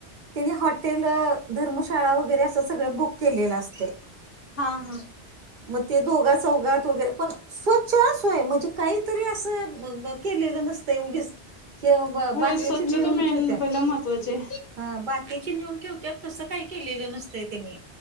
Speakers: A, on the right (about 55°); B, on the left (about 60°).
A: त्यांनी हॉटेल धर्मशाळा वगैरे असं सगळं बुक केलेला असतं.
B: हा हा.
A: म ते दोघा सौगात वगैरे पण स्वच्छ असोय म्हणजे काहीतरी असं मगं केलेलं नसतेय उगीच हे ब-
B: होय
A: बाकीचे
B: स्वच्छता
A: नेऊन
B: मेन
A: ठेवत्या.
B: पहिला महत्वाचे.
A: हा बाकीचे नेऊन ठेव त्यात तसं काही केलेलं नसतं त्यांनी